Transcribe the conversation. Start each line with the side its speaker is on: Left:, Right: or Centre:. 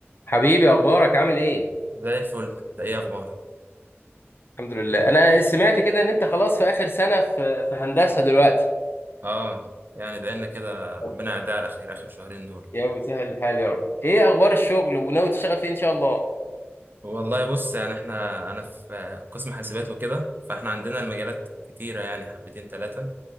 Left: حبيبي اخبارك عامل ايه
Right: زي الفل انت ايه اخبار
Left: الحمد لله انا سمعت كده ان انت خلاص في اخر سنه في في هندسه دلوقتي
Right: اه يعني بقالنا كده ربنا
Left: طب،
Right: يعدي على خير اخر شهرين دول
Left: يا رب يسهل الحال يا رب ايه اخبار الشغل وناوي تشتغل فين ان شاء الله
Right: والله بص يعني احنا انا في قسم حاسبات وكده فاحنا عندنا المجالات كتيره يعني حبتين ثلاثه